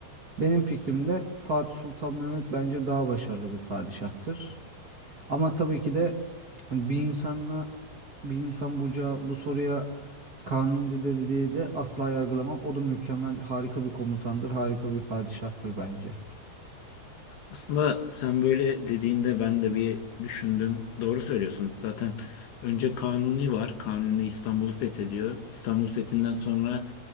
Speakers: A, on the right; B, on the left.
A: Benim fikrimde Fatih Sultan Mehmet bence daha başarılı bir padişahtır. Ama tabii ki de hani bir insanla bir insan buca bu soruya Kanuni'de de dediği de asla yargılamam. O da mükemmel, harika bir komutandır, harika bir padişahtır bence.
B: Aslında sen böyle dediğinde ben de bir düşündüm. Doğru söylüyorsun. Zaten önce Kanuni var. Kanuni İstanbul'u fethediyor. İstanbul fethinden sonra